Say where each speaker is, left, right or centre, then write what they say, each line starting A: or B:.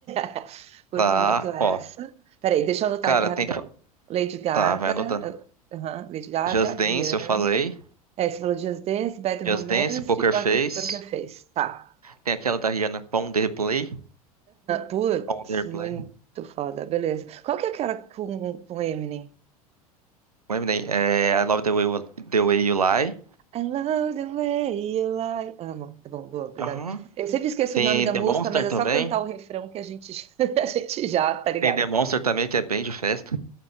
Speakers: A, on the right (about 35°); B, on the right (about 75°).
A: <laughs> Curto
B: tá.
A: muito essa.
B: Ó,
A: Peraí, deixa eu anotar
B: cara,
A: aqui rapidão.
B: tem que, fa-
A: Lady Gaga,
B: tá, vai anotando.
A: eh, aham, Lady Gaga,
B: Just Dance,
A: Rihanna.
B: eu falei.
A: É, você falou Just Dance, Bad Romance
B: Just Dance, Poker
A: e Porque,
B: Face,
A: Porque Fez. tá.
B: tem aquela da Rihanna, Pon the Replay,
A: Putz,
B: Pon the
A: muito
B: Replay.
A: foda, beleza. Qual que é aquela com, com Eminem?
B: O Eminem, é, I Love the Way, You- the Way You Lie.
A: I love the way you lie. Amo. Tá bom, boa, obrigada.
B: Aham.
A: Eu sempre esqueço
B: Tem
A: o nome da
B: The
A: música,
B: Monster
A: mas é
B: também.
A: só cantar o refrão que a gente, <laughs> a gente já, tá ligado?
B: Tem The Monster também, que é bem de festa.